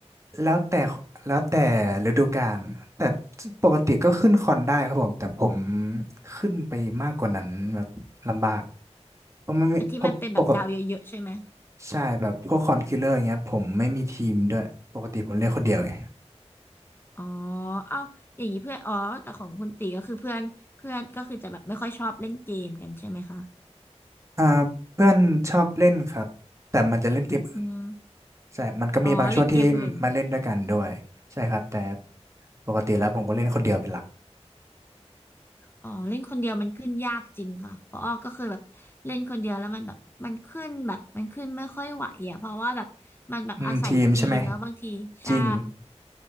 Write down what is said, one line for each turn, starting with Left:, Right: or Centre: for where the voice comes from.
Right: แล้วแต่แล้วแต่ฤดูกาลแต่ปกติก็ขึ้นคอนได้ครับผมแต่ผมขึ้นไปมากกว่านั้นแบบลำบากเพราะมันไม่เพราะปกติ
Left: ไอ้ที่มันเป็นแบบดาวเยอะๆใช่ไหม
Right: ใช่แบบพวกคอนคิลเลอร์อย่างเงี้ยผมไม่มีทีมด้วยปกติผมเล่นคนเดียวไง
Left: อ๋อเอ้าอย่างนี้เพื่อนอ๋อแต่ของคุณตีก็คือเพื่อนเพื่อนก็คือจะแบบไม่ค่อยชอบเล่นเกมกันใช่ไหมคะ
Right: อ่าเพื่อนชอบเล่นครับแต่มันจะเล่นเกมอื่น
Left: อืม
Right: ใช่มันก็มีบางช่วงที่มาเล่นด้วยกันด้วยใช่ครับแต่
Left: อ๋อเล่นเกมอื่น
Right: ปกติแล้วผมก็เล่นคนเดียวเป็นหลัก
Left: อ๋อเล่นคนเดียวมันขึ้นยากจริงค่ะเพราะอ้อก็เคยแบบเล่นคนเดียวแล้วมันแบบมันขึ้นแบบมันขึ้นไม่ค่อยไหวอ่ะเพราะว่าแบบมันแบบอาศัยทีมแล้วบางทีใช่
Right: อืมทีมใช่ไหมจริง